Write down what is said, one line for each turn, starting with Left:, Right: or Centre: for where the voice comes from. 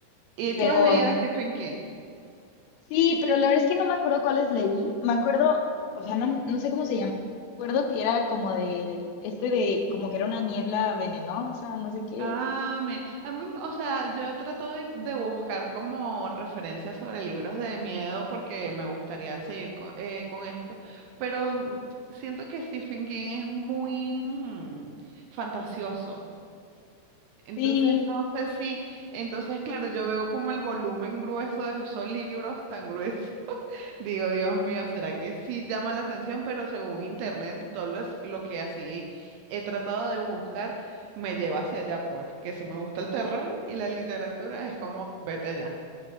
Right: ¿Y
Left: pero
Right: tú has leído a Stephen King?
Left: sí, pero la verdad es que no me acuerdo cuáles leí, me acuerdo, o sea, no, no sé cómo se llama, me acuerdo que era como de, este de, como que era una niebla venenosa, no sé qué,
Right: Ah, me- a mí, o sea, yo trato de, de buscar como referencias sobre libros de miedo porque me gustaría seguir co- eh, con, esto, pero mm, siento que Stephen King es muy mm, fantasioso. Entonces,
Left: Sí,
Right: no sé si, entonces, claro, yo veo como el volumen grueso de esos libros tan gruesos Digo, Dios mío, ¿será que sí llama la atención? Pero según internet, todo lo, es- lo que así he tratado de buscar me lleva hacia allá, pues, que si me gusta el terror y la literatura es como, vete allá.